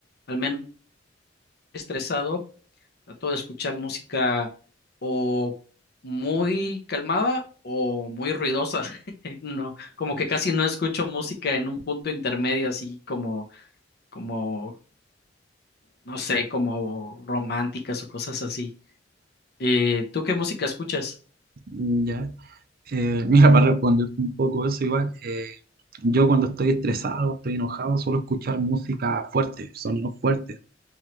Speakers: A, on the left; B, on the right.
A: al menos estresado, trato de escuchar música o muy calmada o muy ruidosa. <laughs> No, como que casi no escucho música en un punto intermedio, así como, como no sé, como románticas o cosas así. Eh, ¿tú qué música escuchas?
B: ¿Ya? Eh, mira, para responderte un poco eso, igual, eh, yo cuando estoy estresado, estoy enojado, suelo escuchar música fuerte, sonidos fuertes.